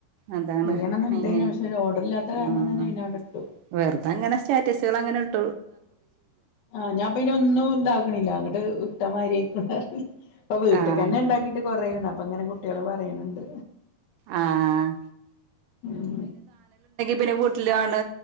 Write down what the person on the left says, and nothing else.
ചെയ്യണംന്നുണ്ടേനു
പക്ഷെ ഒരു ഓർഡർ ഇല്ലാത്ത കാരണം
തന്നെ പിന്നെ അവിടെ ഇട്ടു
ആ ഞാൻ പിന്നെ ഒന്നും ഇണ്ടാക്കണില്ല അങ്ങോട്ട് ഇട്ടമാരി കൊട്ടാരത്ത് ഇപ്പൊ വീട്ട്ക്കന്നെ
ഇണ്ടാക്കിയിട്ട് കൊറേണ്ണം അങ്ങനെ കുട്ടികള് പറയാണുണ്ട്
ഉം